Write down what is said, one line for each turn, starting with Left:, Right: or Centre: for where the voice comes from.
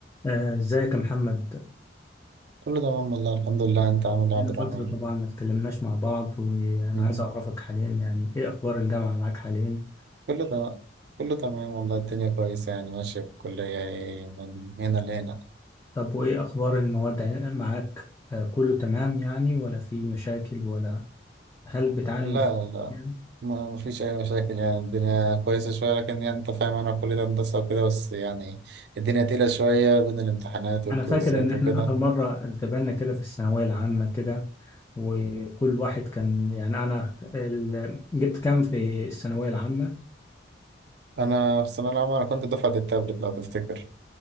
Left: آه، ازيك يا محمد
Right: كله تمام والله الحمد لله انت عامل ايه يا
Left: لنا
Right: عبد الرحمن
Left: فترة طبعا ما اتكلمناش مع بعض وانا
Right: <laughs>
Left: عايز اعرفك حاليا يعني ايه اخبار الجامعة معاك حاليا
Right: كله تمام كله تمام والله الدنيا كويسة يعني ماشية في الكلية ايه من هنا لهنا
Left: طب وايه اخبار المواد ع- معاك آه، كله تمام يعني ولا في مشاكل ولا هل بتعاني
Right: لا
Left: من صعوبات
Right: لا
Left: يعني
Right: ما فيش أي مشاكل يعني الدنيا كويسة شوية لكن يعني أنت فاهم أنا في كلية هندسة وكده بس يعني الدنيا تقيلة شوية بين الامتحانات والكويزات
Left: انا فاكر ان احنا
Right: وكده
Left: اخر مرة اتقابلنا كده في الثانوية العامة كده وكل واحد كان يعني انا ال... جبت كام في الثانوية العامة
Right: أنا في الثانوية العامة أنا كنت دفعة التابلت لو تفتكر